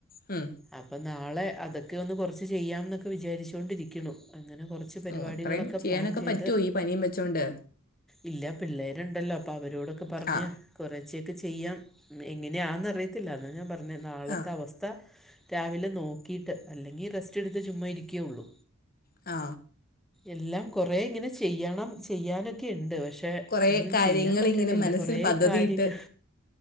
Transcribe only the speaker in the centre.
അപ്പൊ നാളെ അതൊക്കെ ഒന്ന് കുറച്ച് ചെയ്യാം എന്നൊക്കെ വിചാരിച്ചോണ്ടിരിക്കുണു അങ്ങനെ കുറച്ച് കുച്ച് പരിപാടികളൊക്കെ
പ്ലാൻ ചെയ്ത്
ഇല്ല പിള്ളേരുണ്ടല്ലോ അപ്പൊ അവരോടൊക്കെ പറഞ്ഞ്
കുറച്ചൊക്കെ ചെയ്യാം എങ്ങനെയാന്നറിയത്തില്ല എന്നാ ഞാൻ പറഞേ നാളത്തെ
അവസ്ഥ സ്ഥ രാവിലെ നോക്കിയിട്ട് അല്ലെങ്കിൽ റെസ്റ്റ് എടുത്ത് ചുമ്മാ ഇരിക്കെയുള്ളൂ
എല്ലാം കൊറേ ഇങ്ങനെ ചെയ്യണം ചെയ്യാനൊ ക്കെ ണ്ട് പക്ഷെ
ഒന്നും
ചെയ്യാൻ പറ്റണില്ല
കുറേ
കാര്യങ്ങൾ